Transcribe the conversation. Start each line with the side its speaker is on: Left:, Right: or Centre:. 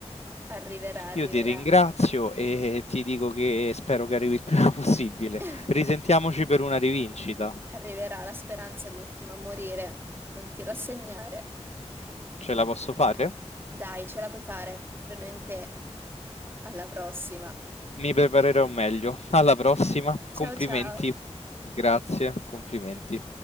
Right: Arriverà, arriverà.
Left: Io ti ringrazio e ti dico che spero che arrivi il prima <laughs> possibile.
Right: <laughs>
Left: Risentiamoci per una rivincita.
Right: Arriverà, la speranza è l'ultima a morire. Non ti rassegnare.
Left: Ce la posso fare?
Right: Dai, ce la puoi fare, credo in te. Alla prossima.
Left: Mi preparerò meglio. Alla prossima. Complimenti.
Right: Ciao ciao.
Left: Grazie, complimenti.